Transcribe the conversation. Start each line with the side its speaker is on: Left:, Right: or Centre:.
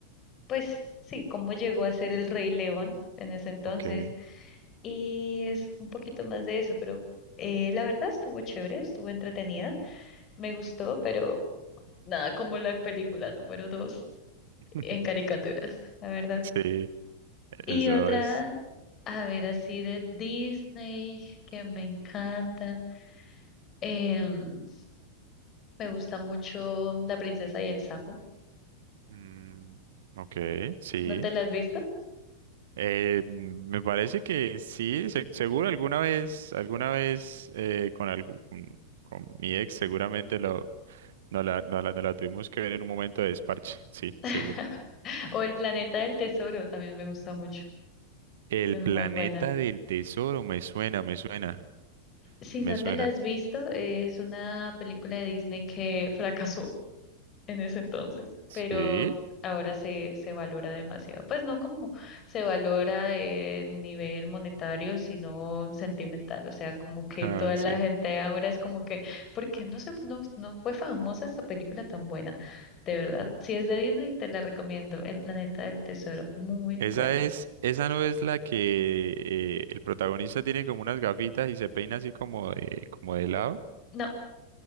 Left: pues sí, cómo llegó a ser el Rey León en ese entonces.
Right: ok.
Left: Y es un poquito más de eso, pero eh, la verdad estuvo chévere, estuvo entretenida, me gustó, pero nada como la película número dos
Right: <laughs>
Left: en caricaturas, la verdad.
Right: Sí, eso
Left: Y otra,
Right: es.
Left: a ver, así de Disney, que me encanta. em, me gusta mucho La princesa y el sapo.
Right: mm, ok, sí.
Left: ¿No te la has visto?
Right: Eh, mm, me parece que sí, se- seguro alguna vez, alguna vez eh, con, algu- con, con mi ex seguramente lo, no la, no la, no la tuvimos que ver en un momento de desparche, sí,
Left: <laughs>
Right: seguro.
Left: O El planeta del tesoro también me gusta mucho.
Right: El
Left: Es
Right: planeta
Left: muy buena.
Right: del tesoro, me suena, me suena,
Left: Si
Right: me
Left: no
Right: suena.
Left: te la has visto, es una película de Disney que fracasó en ese entonces, pero
Right: Sí,
Left: ahora se, se valora demasiado. Pues no como se valora en nivel monetario, sino sentimental. O sea, como que
Right: ah,
Left: toda la
Right: sí.
Left: gente ahora es como que, ¿por qué no se, no, no fue famosa esta película tan buena? De verdad, si es de Disney, te la recomiendo. El Planeta del Tesoro, muy
Right: Esa
Left: buena.
Right: es, esa no es la que eh, el protagonista tiene como unas gafitas y se peina así como de, como de lado.
Left: No,